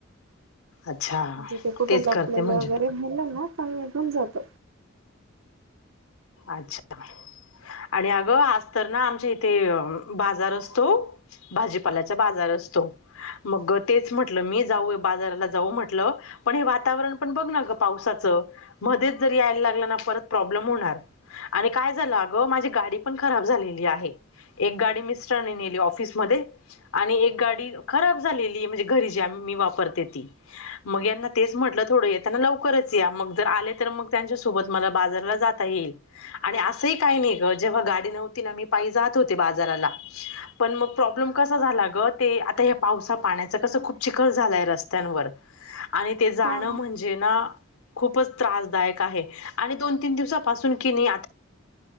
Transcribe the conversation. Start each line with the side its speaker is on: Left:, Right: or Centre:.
Left: अच्छा
Right: म्हणजे ते कुठं
Left: तेच
Right: लपलेले
Left: करते म्हणजे
Right: वगैरे राहील ना ते पण निघून जात.
Left: अच्छा आणि अगं आज तर ना आमच्या इथे बाजार असतो भाजीपाल्याचा बाजार असतो. मग तेच म्हटलं
Right: हम्म
Left: मी जाऊय बाजाराला जाऊ म्हटलं. पण हे वातावरण पण बघ ना ग पावसाचं मध्येच जरी यायला लागलं ना परत प्रॉब्लेम होणार. आणि काय झालं अगं माझी गाडी पण खराब झालेली आहे. एक गाडी मिस्ट्ररांनी नेली ऑफिसमध्ये. आणि एक गाडी खराब झालेली म्हणजे घरी जी आम्ही मी वापरते ती. मग यांना तेच म्हटलं येताना थोडं त्यांना लवकरच या मग जर आले तर मग त्यांच्यासोबत मला बाजारला जात येईल. आणि असंही काही नाही ग जेव्हा गाडी नव्हती ना मी पायी जात होते बाजाराला. पण मग प्रॉब्लेम कसा झाला ग ते आता हे पावसा पाण्याच कसं खूप चिखल झालाय रस्त्यांवर अन ऎंटिलेजेबल आणि ते जाणं
Right: हो ना हो ना
Left: म्हणजे ना खुपच त्रासदायक आहे आणि दोन तीन दिवसापासून की नाही आता